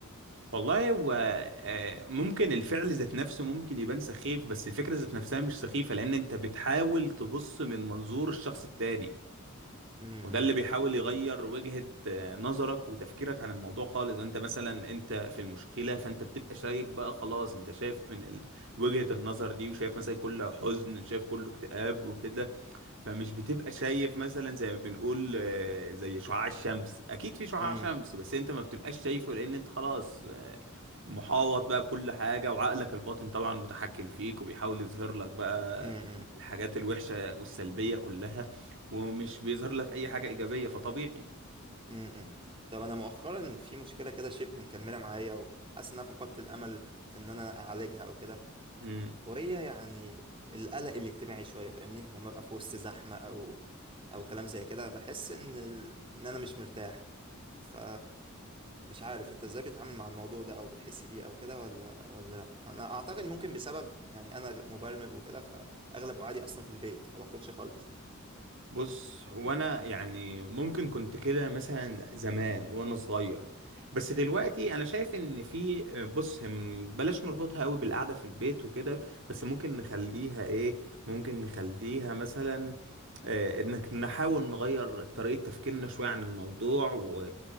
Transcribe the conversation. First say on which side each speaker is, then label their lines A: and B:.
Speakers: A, on the right (about 65°); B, on the right (about 25°).
A: والله هو آه، ممكن الفعل ذات نفسه ممكن يبان سخيف بس الفكرة ذات نفسها مش سخيفة لأن أنت بتحاول تبص من منظور الشخص التاني
B: امم
A: وده اللي بيحاول يغير وجهة آه، نظرك وتفكيرك عن الموضوع خالص انت مثلا انت في المشكلة فانت بتبقى شايف بقى خلاص انت شايف من ال... وجهة النظر دي وشايف مثلا كله حزن وشايف كله اكتئاب وكده فمش بتبقى شايف مثلا زي ما بنقول آه، زي شعاع الشمس اكيد في شعاع
B: امم
A: شمس بس انت ما بتبقاش شايفه لان انت خلاص آه، محاوط بقى بكل حاجة وعقلك الباطن طبعا متحكم فيك وبيحاول يظهر لك بقى
B: امم
A: الحاجات الوحشة والسلبية كلها ومش بيظهر لك اي حاجة ايجابية فطبيعي
B: امم طب انا مؤخرا في مشكلة كده شبه مكملة معايا وحاسس ان انا فقدت الامل في ان انا اعالجها او كده
A: مم.
B: وهي يعني القلق الاجتماعي شوية فاهمني لما ابقى في وسط زحمة او او كلام زي كده بحس ان ال... ان انا مش مرتاح ف مش عارف انت ازاي بتتعامل مع الموضوع ده او بتحس بيه او كده ولا ولا لا انا اعتقد ممكن بسبب يعني انا مبرمج وكده فاغلب قعدي اصلا في البيت ما بخرجش خالص
A: بص هو انا يعني ممكن كنت كده مثلا زمان وانا صغير بس دلوقتي انا شايف ان في بص هم بلاش نربطها قوي بالقعده في البيت وكده بس ممكن نخليها ايه ممكن نخليها مثلا آه، انك نحاول نغير طريقه تفكيرنا شويه عن الموضوع و...